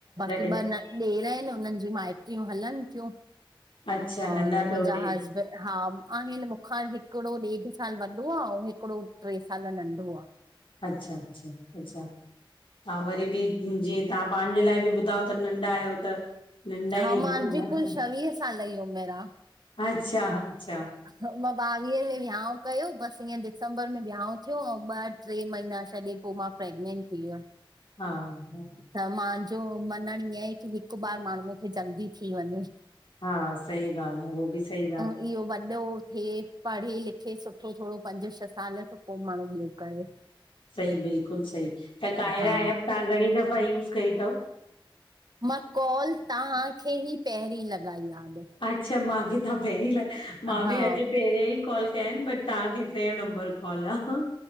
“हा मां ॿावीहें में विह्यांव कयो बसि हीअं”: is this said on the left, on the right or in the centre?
Right